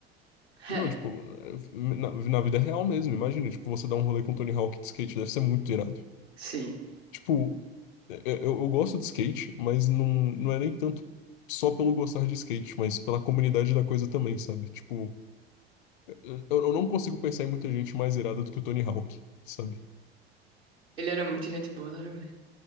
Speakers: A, on the right; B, on the left.
A: <laughs>
B: Não,
A: É,
B: tipo, na, na vida real mesmo, imagina. Tipo, você dar um rolê com o Tony Hawk de skate, deve ser muito irado.
A: sim.
B: Tipo, é- é- eu, eu gosto de skate, mas não, não é nem tanto só pelo gostar de skate, mas pela comunidade da coisa também, sabe? Tipo, é, é, eu, eu não consigo pensar em muita gente mais irada do que o Tony Hawk, sabe?
A: Ele era muito gente boa, não era, velho?